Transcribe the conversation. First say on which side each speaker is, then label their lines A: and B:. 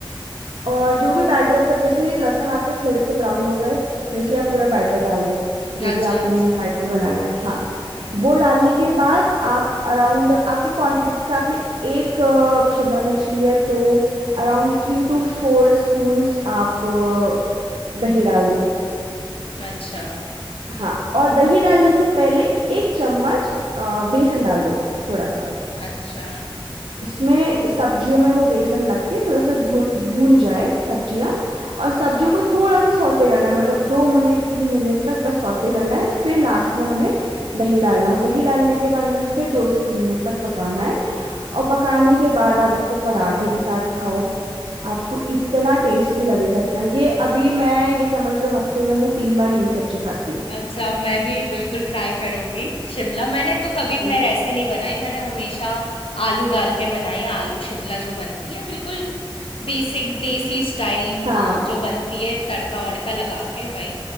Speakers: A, on the right; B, on the left.
A: और जो भी बैटर मतलब जैसे लहसुन आपके थोड़े से ब्राउन हो गए वैसे आप पूरा बैटर डाल दो जो
B: अच्छा
A: भी आपने
B: अच्छा
A: बैटर बनाया है हाँ
B: हाँ
A: वो डालने के बाद आप अराउंड आपकी क्वांटिटी से आपने एक अ, शिमला मिर्च ली है तो around three to four spoons आप अ, दही डाल दो
B: अच्छा
A: हाँ और दही डालने से पहले एक चम्मच अ, बेसन डाल दो थोड़ा सा
B: अच्छा
A: इसमें सब्जियों में वो बेसन लग के थोड़ा सा भून भून जाए सब्जियां और सब्जियों को थोड़ा सा सौते करना है मतलब दो मिनट तीन मिनट तक बस सौते करना है फिर लास्ट में हमें दही डालना है और दही डालने के बाद हमें फिर दो से तीन मिनट तक पकाना है और पकाने के बाद आप उसको पराठे के साथ खाओ आपको इतना टेस्टी लगेगा इतना ये अभी मैं ये समझ लो हफ्ते में मैं तीन बार यही सब्जी खाती हूँ
B: अच्छा, मैं भी बिल्कुल ट्राई करूँगी शिमला मैंने तो कभी खैर
A: बिल्कुल
B: ऐसे नहीं बनाई मैंने हमेशा आलू डाल के बनाई है आलू शिमला जो बनती है बिल्कुल बेसिक देसी स्टाइल
A: हाँ
B: जो बनती है तड़का वड़का लगा के वही